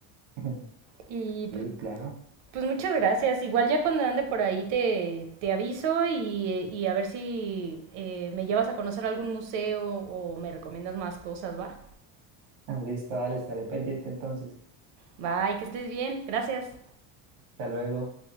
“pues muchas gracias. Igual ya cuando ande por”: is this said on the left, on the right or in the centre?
Right